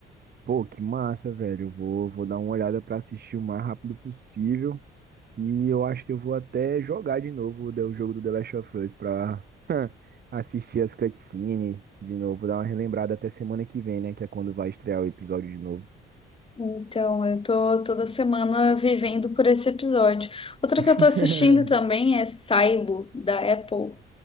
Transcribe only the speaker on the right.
Pô, que massa, velho. Eu vou, vou dar uma olhada pra assistir o mais rápido possível. E eu acho que eu vou até jogar de novo o o jogo do The Last of Us pra <laughs> assistir as cutscenes de novo, dar uma relembrada até semana que vem, né? Que é quando vai estrear o episódio de novo.
<laughs>